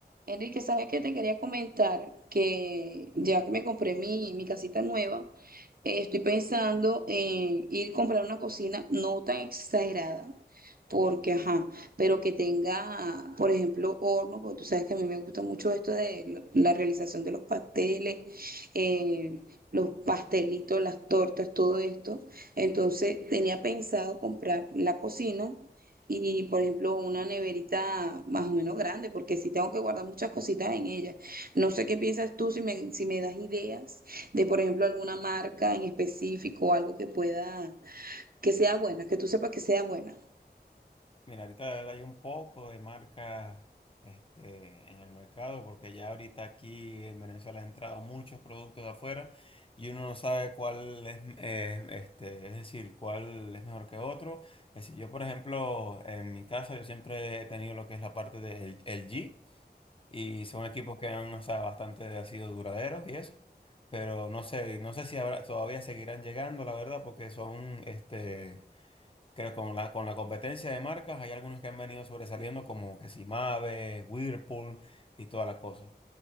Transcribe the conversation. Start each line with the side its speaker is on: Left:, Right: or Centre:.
Right: Enrique, ¿sabes qué? Te quería comentar que ya que me compré mi, mi casita nueva, eh, estoy pensando en ir a comprar una cocina no tan exagerada, porque, ajá, pero que tenga, por ejemplo, horno, porque tú sabes que a mí me gusta mucho esto de lo- la realización de los pasteles, eh, los pastelitos, las tortas, todo esto. Entonces, tenía pensado comprar la cocina y, por ejemplo, una neverita más o menos grande, porque sí tengo que guardar muchas cositas en ella. No sé qué piensas tú, si me, si me das ideas de, por ejemplo, alguna marca en específico, algo que pueda, que sea buena, que tú sepas que sea buena.
Left: Mira, ahorita hay un poco de marcas este, en el mercado porque ya ahorita aquí en Venezuela han entrado muchos productos de afuera y uno no sabe cuál es, eh, este, es decir, cuál es mejor que otro. Es decir, yo, por ejemplo, en mi casa yo siempre he tenido lo que es la parte del LG y son equipos que han, o sea, bastante sido duraderos y eso. Pero no sé, no sé si habrá- todavía seguirán llegando, la verdad, porque son este Creo que con la, con la competencia de marcas hay algunos que han venido sobresaliendo como que si Mave, Whirlpool y toda la cosa.